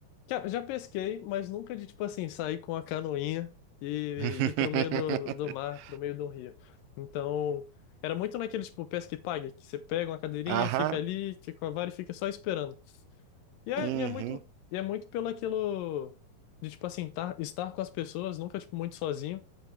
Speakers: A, on the left; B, on the right.
A: Já, já pesquei, mas nunca de, tipo assim, sair com a canoinha e
B: <laughs>
A: ir pro meio do, do mar, pro meio do rio. Então, era muito naquele, tipo, pesca e pague, que você pega uma cadeirinha,
B: Aham.
A: fica ali, fica com a vara e fica só esperando. E é,
B: Uhum.
A: e é muito, e é muito pelo aquilo de, tipo assim, tá, estar com as pessoas, nunca, tipo, muito sozinho.